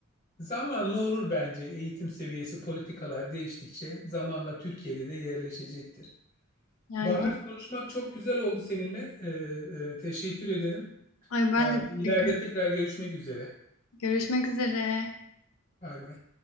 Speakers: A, on the left; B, on the left.
A: Zamanla olur bence eğitim seviyesi, politikalar değiştikçe zamanla Türkiye'de de yerleşecektir.
B: Yani,
A: Bahar
B: iyi.
A: konuşmak çok güzel oldu seninle. E, e, teşekkür ederim.
B: ay, ben
A: E,
B: de
A: ileride
B: teşekkür ederim.
A: tekrar görüşmek üzere.
B: Görüşmek üzere.
A: Bay bay.